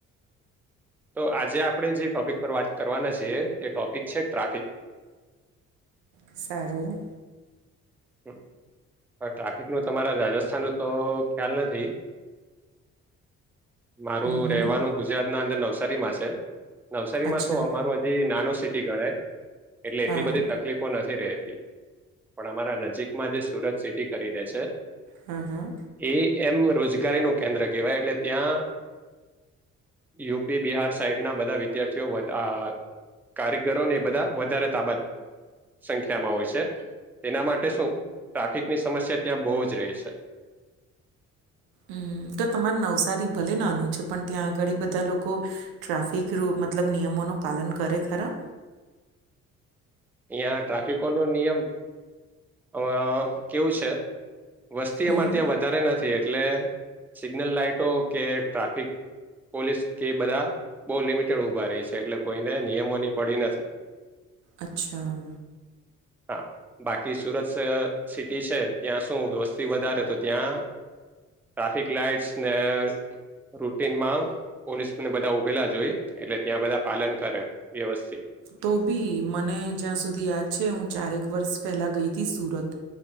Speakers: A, in the centre; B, on the right.
A: તો આજે આપણે જે ટોપિક પર વાત કરવાના છીએ તે ટોપિક છે ટ્રાફિક.
B: સારું.
A: હ પણ ટ્રાફિક નું તમારા રાજસ્થાન ન તો ખ્યાલ નથી. <inaudible> માર
B: હમ હમ
A: રવાનું ગુજરાત ના અંદર નવસારી માં છે, નવસારી
B: અચ્છા
A: માં તો અમારું નાનું સિટી ગણાય એટલે એટલી
B: હા
A: બધી તકલીફો નથી રતી પણ અમારા ન જીકમાં જે સુરત સિટી કરીને છે.
B: હા, હા.
A: એ એમ રોજગારી નું કેન્દ્ર કહેવાય એટલે ત્યાં યુપી બિહાર સાઈડના બધા વિદ્યાર્થીઓ વઘ આ કારીગરો ને એ બધા વધારે તાબાત સંખ્યામાં હોય છે, એના મા ટે શું ટ્રાફિકની સમસ્યા ત્યાં બો જ રહે છે.
B: હમ તો તમારે નવસારી ભલે નાનું છે, પણ ત્યાં આગળ બધા લોકો ટ્રાફિક રૂ મતલબ નિયમોનું પાલન કરે ખરા?
A: અયા ટ્રાફિકોનો નિયમ અ કેવું છે? વસ્તી
B: હમ
A: અમારે ત્યાં વધારે નથી એટલે સિગ્નલ લાાઈટો કે ટ્રાફિક પોલીસ કે બધા બો લિમિટેડ ઉભા રહી છે, એટલે કોઈને નિયમોની પડી નથી
B: અચ્છા.
A: હા બાકી સુરત સ સિટી છે, ત્યાં શું વસ્તી વધારે તો ત્યાં ટ્રાફિક લાાઈટ્સ ને રૂટીનમાં પોલીસને બધા ઉભેલા જ હોય એટલે ત્યાં બધા પાલન કરે વ્યવસ્થિત
B: તો બી મને જ્યાં સુધી યાદ છે, હું ચારેક વર્ષ પહેલા ગઈ હતી સુરત